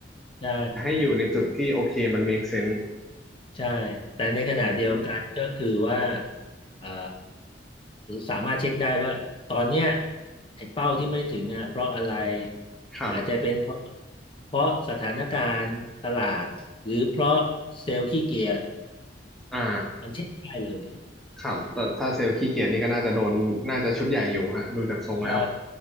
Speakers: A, on the left; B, in the centre.
A: ใช่
B: ให้อยู่ในจุดที่โอเคมัน make sense
A: ใช่แต่ในขณะเดียวกันก็คือว่า
B: อืม
A: อ่าสามารถเช็คได้ว่าตอนเนี้ยไอ้เป้าที่ไม่ถึงอ่ะเพราะอะไร
B: ครับ
A: อาจจะเป็นเพราะเพราะสถานการณ์ตลาดหรือเพราะเซลล์ขี้เกียจ
B: อ่า
A: มันเช็คได้เลย
B: ครับแต่ถ้าเซลล์ขี้เกียจนี่ก็น่าจะโดน น่าจะชุดใหญ่อยู่ฮะดูจากทรงแล้ว
A: ใช่